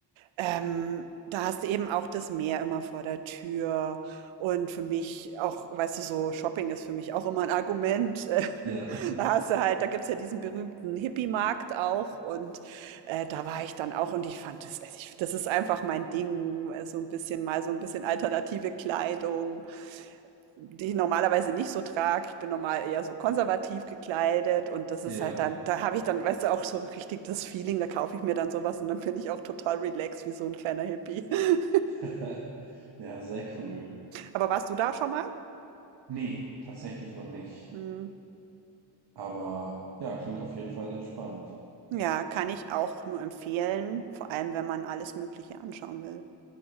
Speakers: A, on the right; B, on the right.
A: ähm, da hast du eben auch das Meer immer vor der Tür. Und für mich auch, weißt du, so Shopping ist für mich auch immer ein Argument. Äh, <laughs>
B: Ja,
A: Da hast du halt, da gibt's ja diesen berühmten Hippie-Markt auch. Und äh, da war ich dann auch und ich fand das, also ich, das ist einfach mein Ding. äh, So ein bisschen mal so ein bisschen alternative Kleidung die ich normalerweise nicht so trage. Ich bin normal eher so konservativ gekleidet und das
B: <laughs>
A: ist
B: ja.
A: halt dann, da habe ich dann, weißt du, auch so richtig das Feeling, da kaufe ich mir dann sowas und dann bin ich auch total relaxed wie so ein kleiner Hippie. <laughs>
B: <laughs> ja, sehr cool.
A: Aber warst du da schon mal?
B: Nee, tatsächlich noch nicht.
A: Hm.
B: Aber ja, klingt auf jeden Fall sehr spannend.
A: Ja, kann ich auch nur empfehlen, vor allem wenn man alles Mögliche anschauen will.